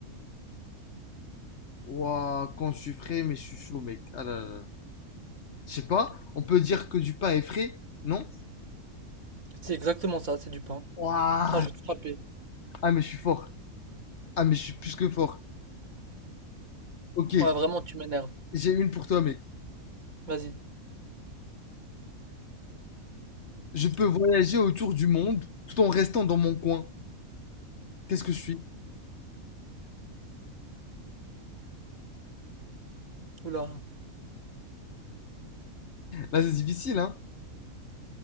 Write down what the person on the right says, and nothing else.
C'est exactement ça, c'est du pain.
Ah, je vais te frapper.
Ouais, vraiment, tu m'énerves.
Vas-y.
Oula.